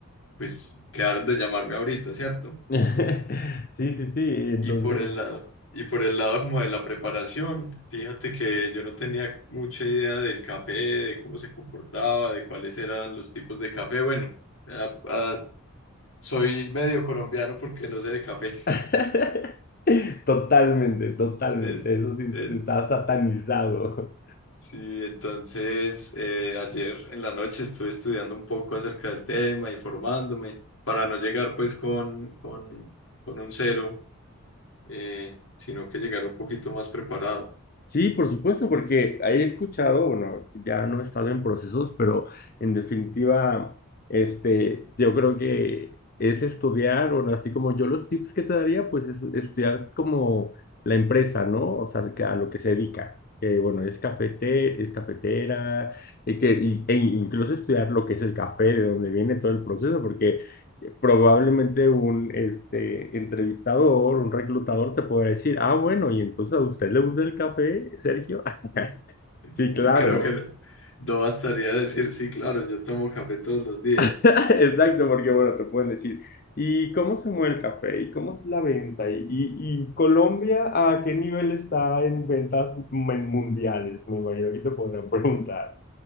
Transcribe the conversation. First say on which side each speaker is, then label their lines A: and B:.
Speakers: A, on the left; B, on the left.
A: pues quedaron de llamarme ahorita, ¿cierto?
B: <laughs> Sí, sí, sí, entonces.
A: Y por el lado, y por el lado como de la preparación, fíjate que yo no tenía mucha idea del café, de cómo se comportaba, de cuáles eran los tipos de café. Bueno, ah, ah, soy medio colombiano porque no sé de café.
B: <laughs>
A: <laughs>
B: Totalmente, totalmente,
A: Eh,
B: eso sí,
A: eh,
B: te está satanizado.
A: sí, entonces eh, ayer en la noche estuve estudiando un poco acerca del tema, informándome, para no llegar pues con, con, con un cero, eh, sino que llegar un poquito más preparado.
B: Sí, por supuesto, porque he escuchado, bueno, ya no he estado en procesos, pero en definitiva, este, yo creo que es estudiar, bueno, así como yo los tips que te daría, pues es estudiar como la empresa, ¿no? O sea, que a lo que se dedica. Que bueno, es cafete, es cafetera, y que, y- e incluso estudiar lo que es el café, de dónde viene todo el proceso, porque probablemente un este, entrevistador, un reclutador te puede decir, ah, bueno, y entonces a usted le gusta el café, Sergio. <laughs>
A: <laughs>
B: Sí, claro.
A: Y creo que no, no bastaría decir, sí, claro, yo tomo café todos los días.
B: <laughs> Exacto, porque bueno, te pueden decir, ¿y cómo se mueve el café? ¿Y cómo es la venta? ¿Y, y, y Colombia a qué nivel está en ventas men- mundiales? Me imagino que te podrán preguntar.